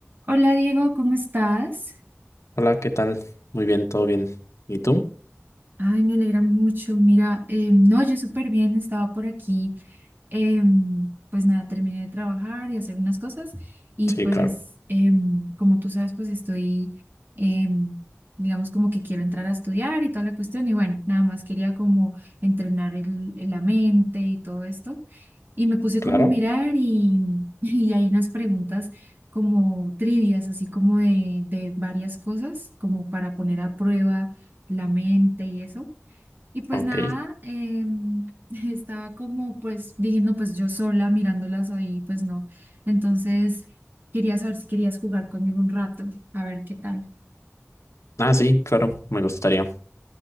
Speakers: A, on the right; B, on the left.
A: Hola Diego, ¿cómo estás?
B: Hola, ¿qué tal? Muy bien, todo bien. ¿Y tú?
A: Ay, me alegra mucho. Mira, eh, no, yo súper bien, estaba por aquí. em, pues nada, terminé de trabajar y hacer unas cosas y
B: Sí,
A: pues
B: claro.
A: em, como tú sabes, pues estoy, em, digamos como que quiero entrar a estudiar y toda la cuestión y bueno, nada más quería como entrenar el, el- la mente y todo esto. Y me puse
B: Claro.
A: como a mirar y, <laughs> y hay unas preguntas como trivias, así como de, de varias cosas, como para poner a prueba la mente y eso. Y pues
B: Ok.
A: nada, em, <laughs> estaba como pues dije, no, pues yo sola mirándolas ahí, pues no. Entonces quería saber si querías jugar conmigo un rato, a ver qué tal.
B: Ah, sí, claro, me gustaría.